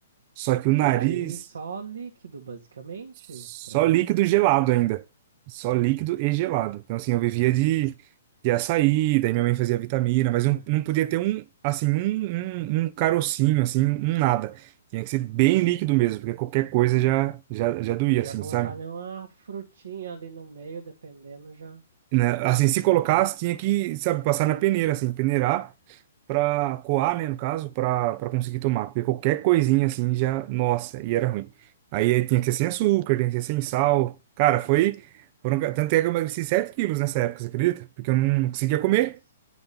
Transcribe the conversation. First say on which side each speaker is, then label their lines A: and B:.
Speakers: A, on the right (about 40°); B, on the right (about 75°).
A: Só que o nariz,
B: E aí, só líquido, basicamente,
A: só
B: pra,
A: líquido
B: pra comer?
A: gelado
B: <laughs>
A: ainda. Só líquido e gelado. Então assim, eu vivia de, de açaí, daí minha mãe fazia vitamina, mas não,
B: É.
A: não podia ter um, assim, um, um, um carocinho, assim, um nada. Tinha que ser bem líquido mesmo, porque qualquer coisa já, já, já doía,
B: Não podia
A: assim,
B: colocar
A: sabe?
B: nenhuma frutinha ali no meio, dependendo, já
A: Né? Assim,
B: dava
A: se colocasse,
B: ruim.
A: tinha que, sabe, passar na peneira, assim, peneirar para coar, né, no caso, para para conseguir tomar, porque qualquer coisinha assim já, nossa, e era ruim. Aí aí tinha que ser sem açúcar, tinha que ser sem sal. Cara, foi foram, tanto é que eu emagreci 7 quilos nessa época, você acredita? Porque eu não conseguia
B: Nossa.
A: comer.